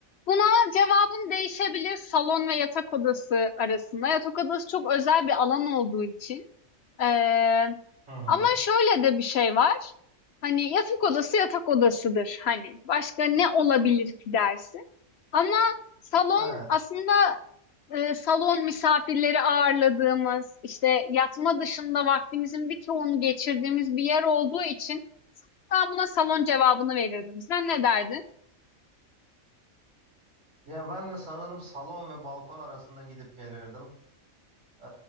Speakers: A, on the left; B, on the right.
A: buna cevabım değişebilir salon ve yatak odası arasında. Yatak odası çok özel bir alan olduğu için. Eee,
B: Hı hı.
A: ama şöyle de bir şey var. Hani yatak odası yatak odasıdır. Hani başka ne olabilir ki dersin. Ama salon
B: Evet.
A: aslında eee, salon misafirleri ağırladığımız, işte yatma dışında vaktimizin bir çoğunu geçirdiğimiz bir yer olduğu için ben buna salon cevabını verirdim. Sen ne derdin?
B: Ya ben de sanırım salon ve balkon arasında gidip gelirdim. Ee,